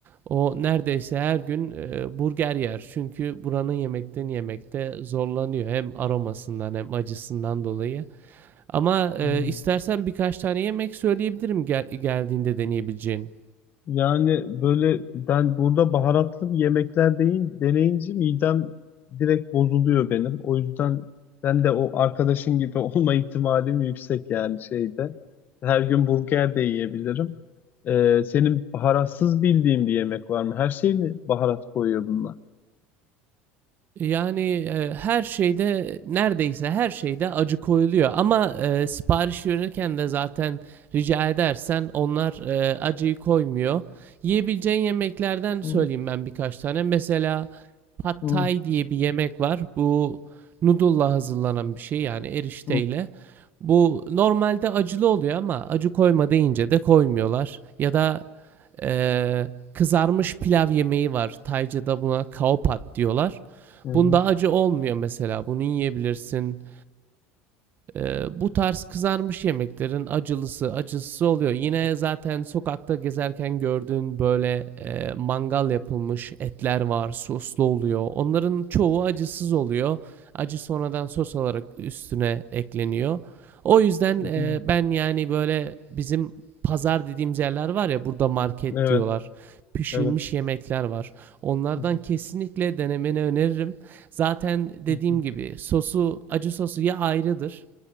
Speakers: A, on the right; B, on the left.
A: O neredeyse her gün e, burger yer. Çünkü buranın yemeklerini yemekte zorlanıyor. Hem aromasından hem acısından dolayı. Ama
B: <laughs>
A: e, istersen birkaç tane yemek söyleyebilirim gel- geldiğinde deneyebileceğin.
B: Yani böyle ben burada baharatlı bir yemekler deyin, deneyince midem direkt bozuluyor benim. O yüzden ben de o arkadaşın gibi <laughs> olma ihtimalim yüksek yani şeyde. Her gün burger de yiyebilirim. Ee, senin baharatsız bildiğin bir yemek var mı? Her şey mi baharat koyuyor bunlar?
A: Yani, eee, her şeyde, neredeyse her şeyde acı koyuluyor ama, eee, sipariş verirken de zaten rica edersen onlar, eee, acıyı koymuyor. Yiyebileceğin yemeklerden söyleyeyim
B: Hı,
A: ben birkaç tane. Mesela Pad
B: hı,
A: Thai diye bir yemek var. Bu noodle'la hazırlanan bir şey, yani erişteyle.
B: hı,
A: Bu normalde acılı oluyor ama acı koyma deyince de koymuyorlar. Ya da, eee, kızarmış pilav yemeği var. Tayca'da buna Khao Pad diyorlar.
B: hı, hı,
A: Bunda acı olmuyor mesela. Bunu yiyebilirsin. Ee, bu tarz kızarmış yemeklerin acılısı, acısız oluyor. Yine zaten sokakta gezerken gördüğün böyle e, mangal yapılmış etler var, soslu oluyor. Onların çoğu acısız oluyor. Acı sonradan sos olarak üstüne ekleniyor. O yüzden
B: hı,
A: e,
B: hı.
A: ben yani böyle bizim pazar dediğimiz yerler var ya burada market
B: Evet,
A: diyorlar. Pişirilmiş
B: evet.
A: yemekler var. Onlardan
B: Hı,
A: kesinlikle denemeni öneririm. Zaten dediğim
B: hı, hı,
A: gibi sosu acı sosu ya ayrıdır